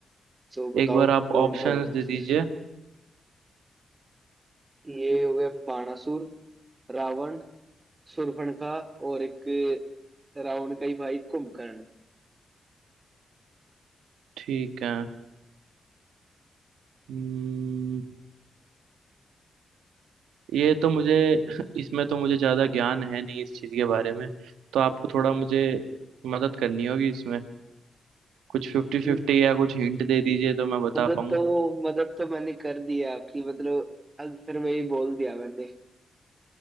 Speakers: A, on the right; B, on the right.
A: तो बताओ
B: एक बार आप
A: कौन
B: ऑप्शंस
A: था वो राक्षस
B: दे दीजिए
A: ये हो गया बाणासुर रावण शूर्पणखा और एक रावण का ही भाई कुंभकर्ण
B: ठीक है हम्म, ये तो मुझे <laughs> इसमें तो मुझे ज्यादा ज्ञान है नहीं इस चीज के बारे में तो आपको थोड़ा मुझे मदद करनी होगी इसमें कुछ फिफ्टी
A: हम्म,
B: फिफ्टी या कुछ हिंट दे दीजिए तो मैं बता
A: मदद
B: पाऊँ
A: तो मदद तो मैंने कर दी है आपकी मतलब आंसर में ही बोल दिया मैंने